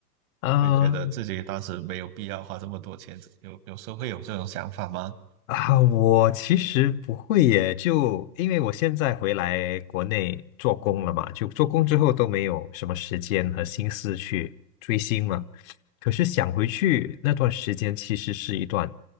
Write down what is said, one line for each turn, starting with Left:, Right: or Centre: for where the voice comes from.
Left: 嗯。
Right: 会觉得自己当时没有必要花这么多钱，有有时候会有这种想法吗？
Left: 啊，我其实不会耶，就因为我现在回来国内做工了嘛，就做工之后都没有什么时间和心思去追星了。可是想回去那段时间，其实是一段